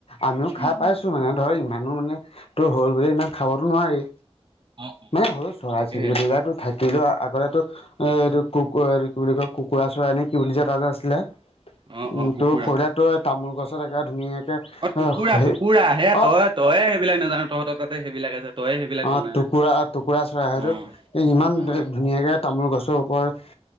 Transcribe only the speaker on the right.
উম
উম
অ অ
তাকেহে
অ
অ কুকুৰা
অ', টুকুৰা
টুকুৰা
তই তইয়ে সেইবিলাক নাজানো তহঁতৰ তাতে সেইবিলাক আছে। তইয়ে সেইবিলাক
জনা
নাই।
অ
অ